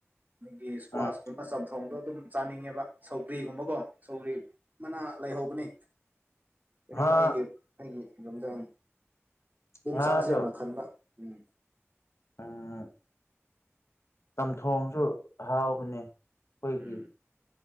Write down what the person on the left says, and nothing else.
ꯎꯝ
ꯉꯥ
ꯉꯥꯗꯣ
ꯎꯝ ꯆꯝꯊꯣꯡꯁꯨ ꯍꯥꯎꯕꯅꯦ ꯑꯩꯈꯣꯏꯒꯤ